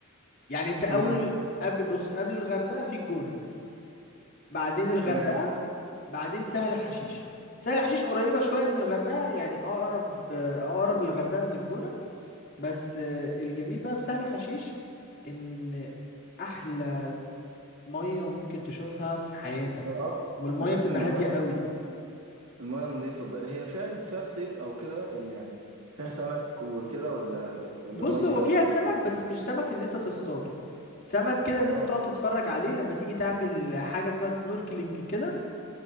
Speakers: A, on the left (about 45°); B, on the right (about 75°).
A: يعني انت اول
B: امم
A: قبل بص قبل الغردقه في الجونه بعدين الغردقه
B: تمام
A: بعدين سهل حشيش سهل حشيش قريبه شويه من الغردقه يعني اقرب اقرب للغردقه من الجونه بس آه، الجميل بقى في سهل حشيش ان احلى ميه ممكن تشوفها في حياتك
B: اه بصراحة
A: والميه
B: انا شفت
A: بتبقى
B: ان المياه
A: هاديه قوي
B: المياه النظيفة ب- هي فيها فيها صيد أو كده اللي يعني فيها سمك وكده ولا ولا
A: بص
B: المية دي
A: هو
B: لأ؟
A: فيها سمك بس مش سمك ان انت تصطاده سمك كده ان انت
B: اه
A: تقعد تتفرج عليه لما تيجي تعمل حاجه اسمها سنوركلينج كده